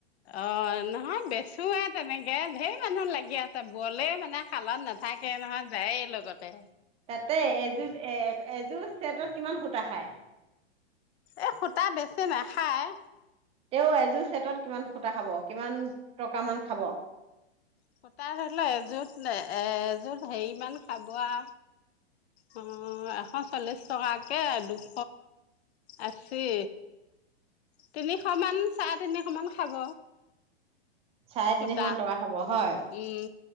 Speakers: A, on the left (about 75°); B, on the right (about 20°).
A: অ' নহয় বেচোৱে তেনেকে, ধেৰ মানুহ লাগি আছ ত' বলে মানে শালত নাথাকেই নহয় যায়েই লগতে।
B: তাতে এযোৰ এযোৰ ছেটত কিমান সূতা খায়
A: এই সূতা বেছি নাখায়
B: তেও এযোৰ ছেটত কিমান সূতা খাব কিমান টকামান খাব
A: সূতা ধৰিল এযোত এ এযোত হেৰি মান খাব আ অ এশ চল্লিশ টকাকে দুশ আশী তিনিশ মান চাৰে তিনিশ মান খাব
B: চাৰে
A: সূতা
B: তিনিশ মান টকা খাব হয়
A: উম